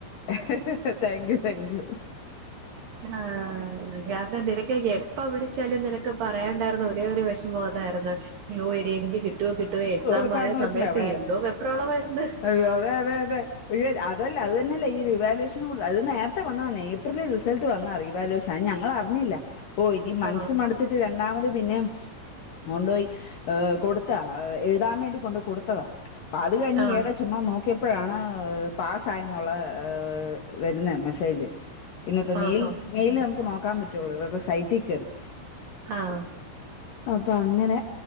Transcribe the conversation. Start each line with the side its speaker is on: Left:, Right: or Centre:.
Left: <unintelligible> താങ്ക് യു താങ്ക് യു.
Right: ആഹ കാര്ണം നിനക്ക് കെ എപ്പ വിളിച്ചാലും നിനക്ക് പറയണ്ടായ്ര്ന്ന ഒരേ ഒരു വെഷമം അതായിരുന്നു. യ്യോ എടി എനിക്ക് കിട്ടോ കിട്ടോ എക്സാം
Left: കൊടുക്കാന്ന്
Right: ആയ
Left: വെച്ചിട്ട
Right: സമയത്ത്
Left: അവിടെ
Right: എന്തോ പെപ്പ്രള വായിര്ന്ന്.
Left: അയ്യോ അതെ അതെ അതെ. യ്യോ അതല്ല അത് തന്നെല്ലെ ഈ റിവാലേഷൻ കൂടു അത് നേരത്തെ വന്നതാന്നെ ഏപ്രില് റിസൾട്ട് വന്നാ റിവാലയൂേഷൻ. അ ഞങ്ങൾ അറിഞ്ഞില്ല. ഓ ഇനി മനസ്
Right: ആഹ്
Left: മടുത്തിട്ട് രണ്ടാമത് പിന്നേം കൊണ്ടോയി ഏഹ് കൊടുത്താ എഴുതാ വേണ്ടി കൊണ്ട കൊടുത്തതാ അത് കഴിഞ്
Right: ആഹ്
Left: ഏടെ ചുമ്മാ നോക്കിയ ഇപ്പഴാണ് പാസ് ആായെന്നുള്ള വെര്ന്നെ മെസ്സേജ്. ഇന്നത്തെ മെയ്ൽ
Right: ആഹ്
Left: മെയില് നമുക്ക് നോക്കാ പറ്റുള്ളൂ വര്ടെ സൈറ്റി കേറി.
Right: ആഹ്.
Left: അപ്പ അങ്ങനെ